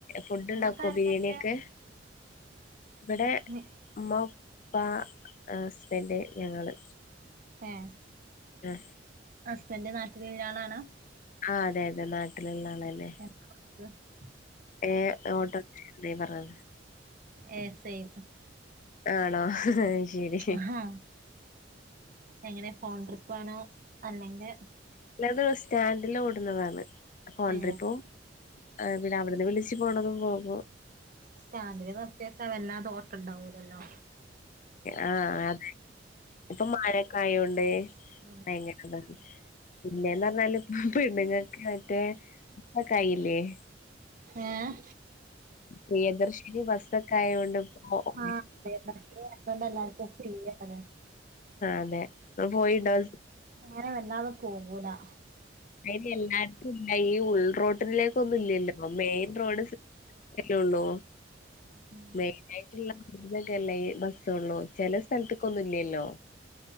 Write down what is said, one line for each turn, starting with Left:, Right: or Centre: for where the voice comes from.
Left: ഫുഡ്
Right: നിങ്ങക്ക്
Left: ഉണ്ടാക്കോ
Right: ആരൊക്കെണ്ട്
Left: ബിരിയാണിയൊക്കെ? ഇവിടെ
Right: നി
Left: ഉമ്മ ഉപ്പ ഹസ്ബന്ഡ് ഞങ്ങള്
Right: ഏഹ്
Left: ആ
Right: ഹസ്ബൻഡ് നാട്ടില് ഉള്ളാളണോ?
Left: ആഹ് അതെ അതെ നാട്ടിലുള്ള ആള് തന്നേ.
Right: <unintelligible>
Left: ഏഹ് ഓട്ടോ ഡ്രൈവറാ-
Right: ഏഹ് സെയിം-
Left: ആണോ? ശരി
Right: ആഹാ എങ്ങനെ ഫോൺ ട്രിപ്പാണോ അല്ലെങ്കിൽ-
Left: അല്ലത് സ്റ്റാൻഡില് ഓടുന്നതാണ് ഫൊൺ
Right: ഏ
Left: ട്രിപ്പും പിന്നെ അവിടുന്ന് വിളിച് ച്ച് പോണതും പോകും.
Right: സ്റ്റാന്റില് നിർത്തി വെച്ചാ വല്ലാതോട്ടുണ്ടാവൂലല്ലോ
Left: ആഹ് അതെ ഇപ്പൊ മഴ കായുണ്ടേ
Right: ഉം
Left: ഭയങ്കര പിന്നേന്ന് പറഞ്ഞാല് ഇപ്പ പെണ്ണുങ്ങൾക്ക് മറ്റേ <unintelligible> കായില്ലേ-
Right: ഏഹ്
Left: പ്രിയദർശിനി ബസ്സൊക്കെ ആയൊണ്ട് ഇപ്പോ ഓ
Right: ആഹ് പെരുന്നാക്ക് അതുകൊണ്ട് എല്ലാർക്കും ഫ്രീയാണ്
Left: അതെ പോയിണ്ടോ?
Right: ഞാനെ വലാതെ പോകൂലാ-
Left: അയിന് എല്ലാർക്കും ഇല്ല ഈ ഉൾ റോട്ടിലേക്ക് ഒന്നും ഇല്ലല്ലോ മെയിൻ റോഡ് ലുള്ളൂ
Right: ഉം
Left: യിട്ടുള്ളൊക്കെല്ലേ ഈ ബസ്സള്ളു ചെല സ്ഥലത്തക്കൊന്നുല്ലല്ലോ?